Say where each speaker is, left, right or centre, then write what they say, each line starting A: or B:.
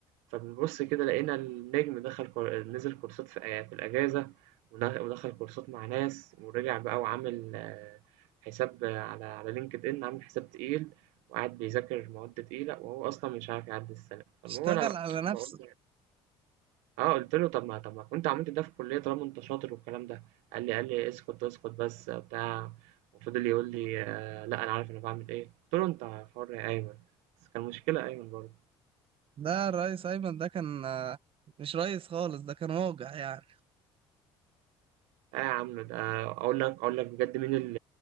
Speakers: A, on the right (about 85°); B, on the right (about 50°).
A: فبنبص كده لقينا النجم دخل كو- نزل كورسات في في الأجازة ون- ودخل كورسات مع ناس ورجع بقى وعامل آه، حساب على على لينكد إن عامل حساب تقيل وقاعد بيذاكر مواد تقيلة وهو أصلا مش عارف يعدي السنة، فالمهم
B: اشتغل
A: أنا
B: على
A: بقول
B: نفسه
A: آه، قُلت له: "طَب ما طَب ما كنت عملت ده في الكُلّية طالما أنت شاطر والكلام ده." قال لي قال لي: "اسكت، اسكت بس." بتاع وفضل يقول لي: آه "لأ، أنا عارف أنا باعمل إيه." قُلت له: "أنت حُر يا أيمن." بس كان مشكلة أيمن برضه.
B: ده الريس ايمن ده كان آه، مش ريس خالص ده كان واجع يعني
A: "آه يا عم ده" أقول لك أقول لك بجد مين ال